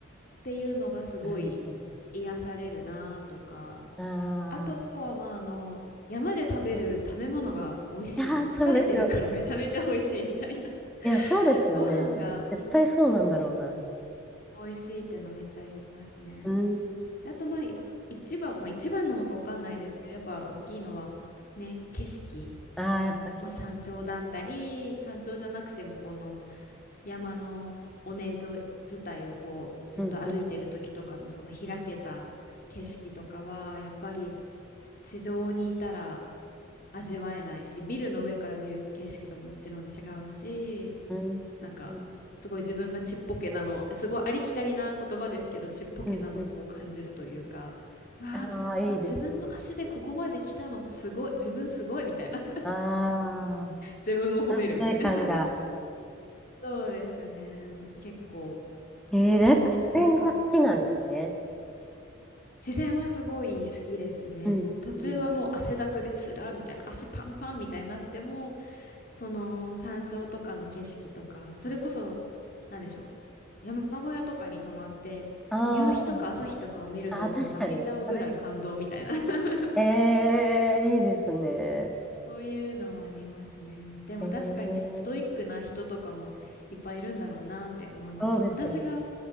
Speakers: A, on the left; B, in the centre.
A: ていうのがすごい
B: なるほ
A: 癒されるなーとか
B: ど。あー、
A: あとは、
B: い
A: まあ、あの、山で食べる食べ物が美味しい。
B: やー、
A: もう疲れてるから
B: そうですよね。
A: <laughs> めちゃめちゃ美味しいみたいな。<laughs>
B: いや、そうですよね。
A: ご飯がうん
B: 絶対そうなんだろうな。
A: 美味しいっていうのはめっちゃありますね。
B: うん。
A: で、あと、まあ、い一番、まあ、一番なのかわかんないですけど、やっぱ大きいのは、ね、景色。
B: あー、
A: その、
B: やっぱ景色。
A: まあ、山頂だったり、山頂じゃなくても、この山の尾根沿い、伝いをこう、ずっと歩いてる時とかの、
B: うんうん
A: その開けた景色とかは、やっぱり、地上にいたら味わえないし、ビルの上から見る景色とももちろん違うし、
B: うん。
A: なんかすごい自分がちっぽけなの、
B: うん
A: すごいありきたりな言葉ですけど、ちっぽけなのをこう感じるというか、
B: うん。うん
A: うわーみたいな、
B: ああ、いいですね。
A: うわ、自分の足でここまで来たのすごい、自分すごいみたいな、<laughs>
B: ああ、
A: 自分を褒めるみたいな。
B: 達成感が。
A: <laughs> そうですね、結構。
B: ええー、
A: っていう、
B: じゃあやっぱ自然が好きなんですね。
A: やっぱ自然はすごい好きですね。
B: ううんうん
A: 途中はもう汗だくでつらみたいな、足パンパンみたいになっても、その山頂とかの景色とか、それこそ、なんでしょう、山小屋とかに泊まって、
B: あ
A: 夕日とか朝日とかを見るともう泣けちゃうぐらい感動みたいな
B: あ、あ、確かに。それ、
A: <laughs>
B: ええいいですね。
A: そういうのはありますね。でも確かにストイックな人とかもいっぱいいるんだろうなって思いました。
B: ええそうですよね。
A: 私が